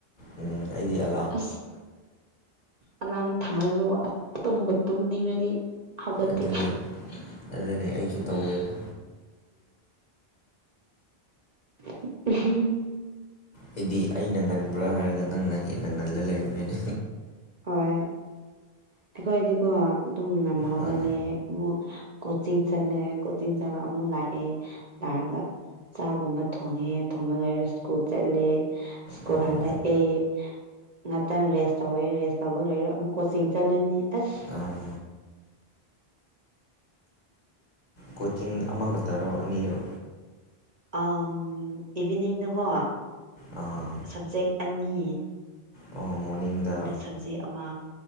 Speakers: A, on the left; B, on the right.
A: ꯎꯝ ꯑꯩꯗꯤ ꯑꯦ
B: ꯑꯁ ꯑꯂꯥꯝ ꯊꯝꯃꯁꯨ ꯇꯨꯝꯕꯨ ꯇꯨꯝꯅꯤꯡꯉꯗꯤ ꯍꯧꯒꯠꯇꯦ
A: ꯑꯗꯨꯅꯤ ꯑꯗꯨꯅꯤ ꯑꯩꯁꯨ ꯇꯧꯋꯦꯕ
B: <unintelligible>
A: ꯑꯩꯗꯤ ꯑꯩꯅ ꯉꯟꯕ꯭ꯔꯥ ꯍꯥꯏꯔꯒ ꯅꯪꯅ ꯍꯦꯟꯅ ꯉꯜꯂ ꯂꯩꯔꯝꯃꯦꯅꯦ
B: ꯑꯣꯏ ꯑꯩꯈꯣꯏꯗꯤꯀꯣ ꯑꯗꯨꯝ ꯉꯟꯅ ꯍꯧꯒꯂꯦ
A: ꯑꯥ
B: ꯑꯃꯨꯛ ꯀꯣꯆꯤꯡ ꯆꯠꯂꯦ ꯀꯣꯆꯤꯡ ꯆꯠꯂ ꯑꯃꯨꯛ ꯂꯥꯛꯑꯦ ꯂꯥꯛꯑꯒ ꯆꯥꯛꯒꯨꯝꯕ ꯊꯣꯡꯉꯦ ꯊꯣꯡꯕ ꯂꯣꯏꯔꯒ ꯁ꯭ꯀꯨꯜ ꯆꯠꯂꯦ ꯁ꯭ꯀꯨꯜ
A: ꯎꯝ,
B: ꯍꯜꯂꯛꯑꯦ ꯉꯥꯛꯇꯪ ꯔꯦꯁ ꯇꯧꯋꯦ ꯔꯦꯁ ꯇꯧꯕ ꯂꯣꯏꯔꯒ ꯑꯃꯨꯛ ꯀꯣꯆꯤꯡ ꯆꯠꯂꯅꯤ ꯑꯁ
A: ꯑꯥ ꯀꯣꯆꯤꯡ ꯑꯃꯈꯛꯇꯔꯣ ꯑꯅꯤꯔꯣ
B: ꯑꯥ ꯏꯚꯤꯅꯤꯡꯗꯀꯣ
A: ꯑꯥ
B: ꯁꯕꯖꯦꯛ ꯑꯅꯤ
A: ꯑꯣ ꯃꯣꯔꯅꯤꯡꯗ
B: ꯁꯕꯖꯦꯛ ꯑꯃ